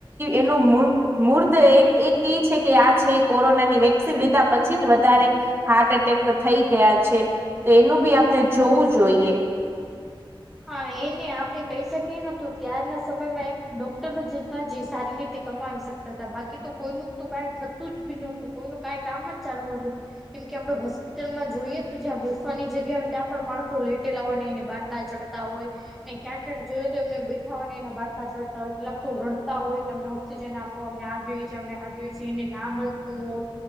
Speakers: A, on the right (about 25°); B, in the centre.
A: એનો મૂર્ખ, મૂર્ધ એક એક એ છે, કે આ છે કોરોનાની વેક્સિન લીધા પછી જ વધારે હાર્ટ એટેક થઈ ગયા છે, તો એનું ભી આપણે જોવું જોઈએ.
B: હા એને આપડે કહી શકીએ નતો ત્યારના સમયમાં એક ડોક્ટર, જતા જે સારી રીતે કમાવી શકતા હતા બાકી તો કોઈનું તો કાંઈ થતું જ ભી નહોતું કોઈનું કાંઈ કામ જ, ચાલુ નોહતું, કેમ કે આપણેે હોસ્પિટલમાં જોઈએ તો જ્યાં બેસવાની જગ્યા હોય ત્યાં પણ માણસો લેટેલા હોય ને એને બાદ, બાટલા ચડતા હોય, ને ક્યાં ક્યાંક જોય તો એમને બેઠા હોય એના બાટલા ચડતા હોય કેટલાક તો રડતા હોય તો એમને ઓક્સિજન આપ. અમને આ છે, અમને આયું છે, એને ના મળતું હોય.